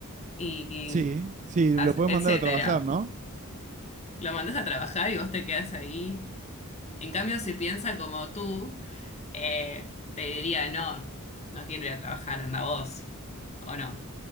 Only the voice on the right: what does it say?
Sí,
sí, lo
podés
mandar a trabajar, ¿no?